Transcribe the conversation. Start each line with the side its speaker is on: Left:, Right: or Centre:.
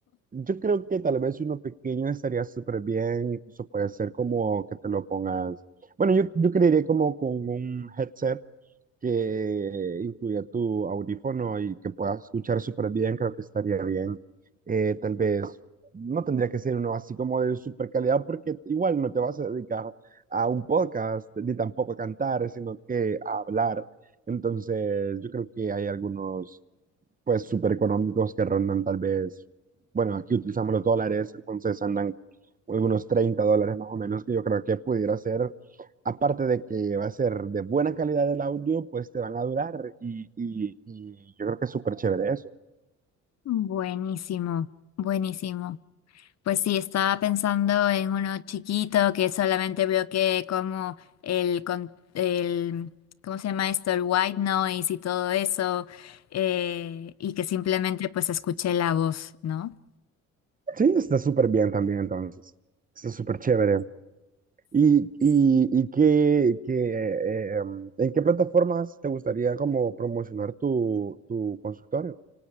Right: Yo creo que tal vez si uno pequeño estaría súper bien, incluso puede ser como que te lo pongas. Bueno, yo, yo creería como con un headset que incluya tu audífono y que puedas escuchar súper bien, creo que estaría bien. Eh, tal vez no tendría que ser uno así como de súper calidad, porque igual no te vas a dedicar a un podcast ni tampoco a cantar, sino que a hablar. Entonces, yo creo que hay algunos pues súper económicos que rondan tal vez, bueno, aquí utilizamos los dólares, entonces andan unos 30 dólares más o menos, que yo creo que pudiera ser, aparte de que va a ser de buena calidad el audio, pues te van a durar y, y, y yo creo que es súper chévere eso.
Left: Buenísimo, buenísimo. Pues sí, estaba pensando en uno chiquito que solamente bloquee como el, con- el, ¿cómo se llama esto? El white noise y todo eso, eh, y que simplemente pues escuché la voz, ¿no?
Right: Sí, está súper bien también entonces, está súper chévere. ¿Y, y, y qué, qué, eh, em, en qué plataformas te gustaría como promocionar tu, tu consultorio?